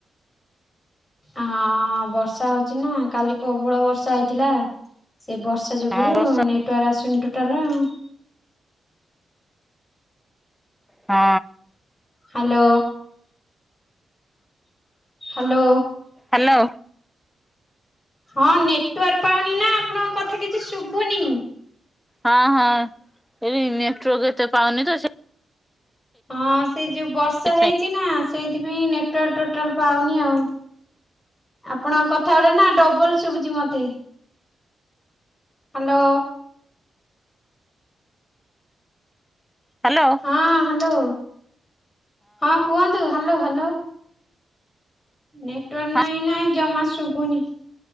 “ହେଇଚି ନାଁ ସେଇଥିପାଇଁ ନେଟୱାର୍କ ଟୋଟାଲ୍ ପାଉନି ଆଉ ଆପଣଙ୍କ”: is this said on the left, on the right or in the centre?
Left